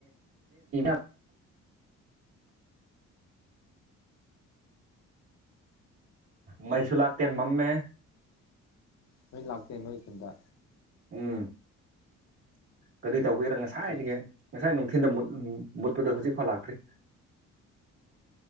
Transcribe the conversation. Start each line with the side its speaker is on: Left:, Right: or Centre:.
Right: <inaudible> ꯃꯩꯁꯨ ꯂꯥꯛꯇꯦ ꯃꯝꯃꯦ
Left: ꯅꯣꯏ ꯂꯥꯛꯇꯦ ꯅꯣꯏ ꯈꯨꯟꯗ
Right: ꯎꯝ ꯀꯔꯤ ꯇꯧꯒꯦꯔꯥ ꯉꯁꯥꯏꯗꯒꯤ
Left: ꯀꯩ
Right: ꯉꯁꯥꯏ ꯅꯨꯡꯊꯤꯟꯗ ꯎꯝ ꯃꯨꯠꯄꯗꯨ ꯍꯧꯖꯤꯛꯐꯥꯎ ꯂꯥꯛꯇ꯭ꯔꯤ